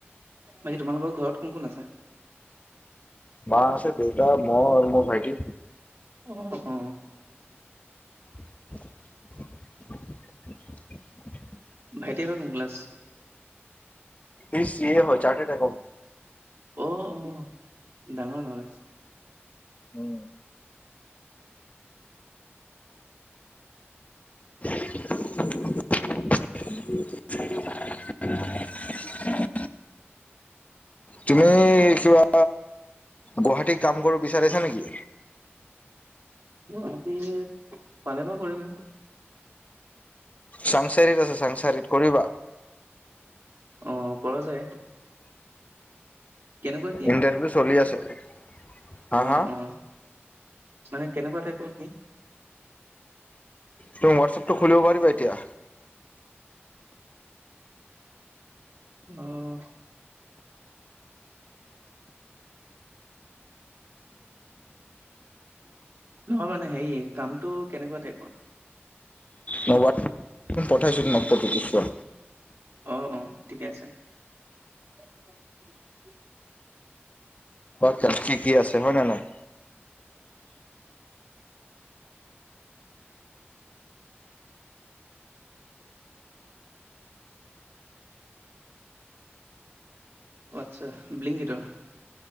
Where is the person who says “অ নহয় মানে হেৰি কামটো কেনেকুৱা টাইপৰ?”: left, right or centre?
Right